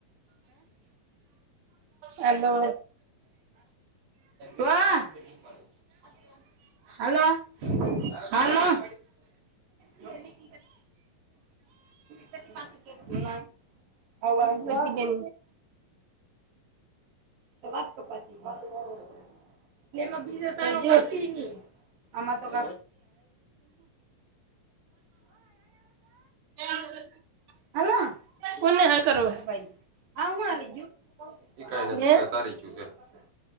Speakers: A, on the right; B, on the right.
A: હાલો
B: <unintelligible> હા <inaudible> હાલો હાલો <inaudible> પાંચ મિનિટ પછી પછી કેસે, અવાજ
A: ભગવતી
B: તો
A: બેન
B: તો વાત કપાતી હોય એટલે એમાં બીજો સારું
A: જો
B: કરતી ની આમાં તો <inaudible>
A: હા
B: હાલ
A: કોને
B: ું
A: કરો
B: આવી
A: હે